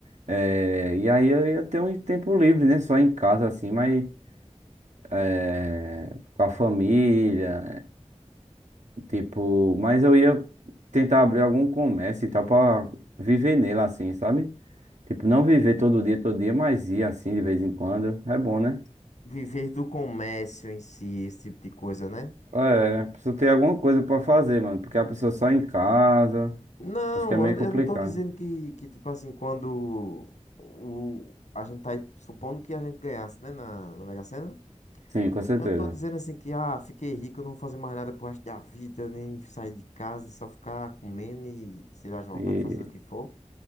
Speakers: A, on the right; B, on the left.
A: É, e aí, eu ia ter um tempo livre, né? Só em casa, assim, mas é, com a família. Tipo, mas eu ia tentar abrir algum comércio e tal pra viver nele assim, sabe? Tipo, não viver todo dia, todo dia, mas ir assim de vez em quando. É bom, né?
B: Viver do comércio em si, esse tipo de coisa, né?
A: É, precisa ter alguma coisa pra fazer, mano. Porque a pessoa só em casa,
B: Não,
A: acho que é meio
B: eu
A: complicado.
B: eu não tô dizendo que, que tipo assim, quando o, a gente tá aí supondo que a gente ganhasse, né, na, na Mega Sena,
A: Sim, com certeza.
B: eu não tô dizendo assim que, ah, fiquei rico, eu não vou fazer mais nada pro resto da vida, nem sair de casa e só ficar comendo e, sei lá, jogando,
A: E,
B: fazendo o que for.